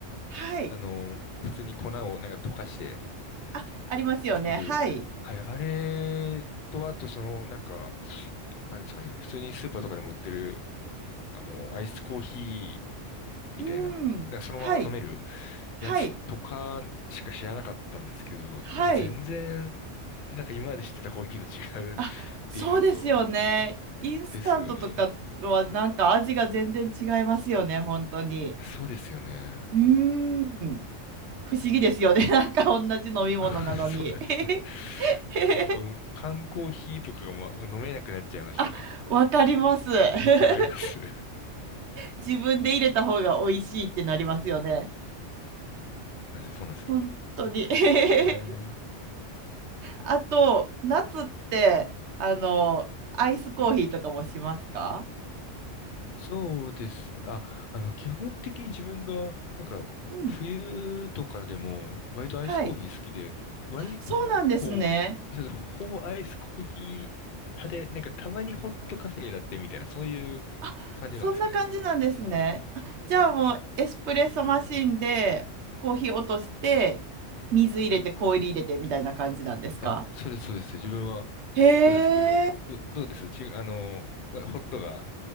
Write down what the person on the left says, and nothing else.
ーあの、普通に粉をなんか溶かして、
作る。はい。あれと、あとその、なんか、なんですかね。普通にスーパーとかでも売ってる、あの、アイスコーヒーみたいな、
なんかそのまま飲める
やつとかしか知らなかったんですけど、
なんか全然、なんか今まで知ってたコーヒーと違うっ
ていうのと、ですよね。そうですよね。
<laughs> そうなんですよ。
でもなんかもう缶コーヒーとかが、ま、飲めなくなっちゃいましたね。
わかります <laughs>
そうなんですよ、
そうなんですよ。
そうなんですよね。
そうですね。あ、あの、基本的に自分が、なんか、
冬とかでも、割とアイスコーヒー好きで、
割、
ほぼ、そうですほぼアイスコーヒー派で、なんかたまにホットカフェラテみたいな、そういう感じなんですよね。
あ、そうです、そうです。自分は、
そうですけど、
ど、どうですち、あの、ホホットが